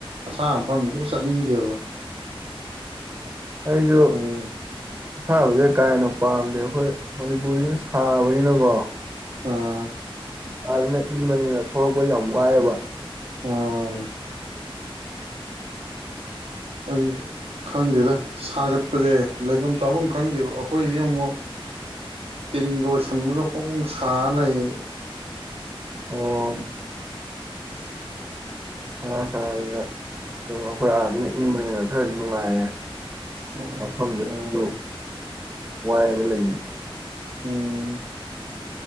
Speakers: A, on the right (about 85°); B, on the right (about 25°).
A: ꯑꯁꯥ ꯃꯐꯝꯖꯦ ꯁꯨꯛꯆꯠ ꯆꯠꯅꯤꯡꯗꯦꯕ
B: ꯑꯩꯖꯨ
A: ꯑꯗꯨ
B: ꯑꯁꯥꯕꯖꯦ ꯀꯥ ꯍꯦꯟꯅ ꯄꯥꯝꯗꯦ ꯈꯣꯏ ꯃꯅꯤꯄꯨꯔꯖꯤꯅ ꯁꯥꯕꯅꯤꯅꯀꯣ
A: ꯑꯥ
B: ꯑꯥꯗꯅ ꯏꯪꯕꯅꯤꯅ ꯊꯣꯛꯂꯛꯄ ꯌꯥꯝ ꯋꯥꯏꯑꯦꯕ
A: ꯑꯥ ꯎꯝ ꯈꯪꯗꯦꯗꯥ ꯁꯥꯒꯠꯄꯖꯦ ꯂꯩꯕꯝ ꯆꯥꯕꯝ ꯈꯪꯗꯦꯕ ꯑꯩꯈꯣꯏꯗꯤ ꯑꯃꯨꯛ ꯇꯤꯟꯒ ꯑꯣꯏꯁꯟꯕꯒ ꯐꯣꯡ ꯐꯣꯡ ꯁꯥ ꯂꯩꯌꯦ
B: ꯑꯣ
A: ꯎꯝ
B: ꯁꯥ ꯁꯥꯗꯨꯅ ꯑꯩꯈꯣꯏ ꯑꯥꯗꯨꯅ ꯏꯪꯕꯅꯤꯅ ꯈꯔꯗꯤ ꯅꯨꯡꯉꯥꯏꯔꯦ
A: ꯑꯣ
B: ꯃꯐꯝꯁꯦ ꯑꯩꯁꯨ
A: ꯑꯣ
B: ꯋꯥꯏꯕ ꯂꯩꯅꯤ
A: ꯎꯝ